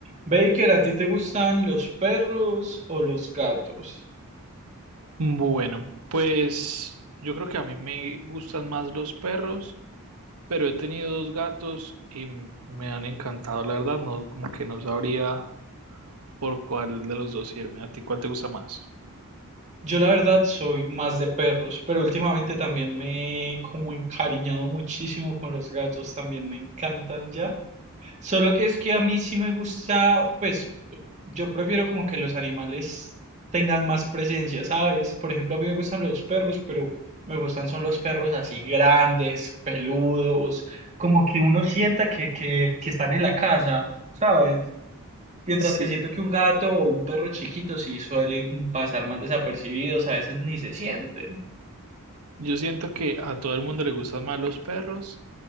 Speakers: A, on the right; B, on the right.
A: Baker, ¿a ti te gustan los perros o los gatos?
B: Bueno, pues yo creo que a mí me gustan más los perros, pero he tenido dos gatos y m- me han encantado, la verdad, no como que no sabría por cuál de los dos irme. ¿A ti cuál te gusta más?
A: Yo la verdad soy más de perros, pero últimamente también me he como encariñado muchísimo con los gatos, también me encantan ya. Solo que es que a mí sí me gusta, pues yo prefiero como que los animales tengan más presencia, ¿sabes? Por ejemplo, a mí me gustan los perros, pero me gustan son los perros así grandes, peludos, como que uno sienta que, que, que están en la casa, ¿sabes? Mientras
B: Sí,
A: que siento que un gato o un perro chiquito sí suelen pasar más desapercibidos, a veces ni se sienten.
B: yo siento que a todo el mundo le gustan más los perros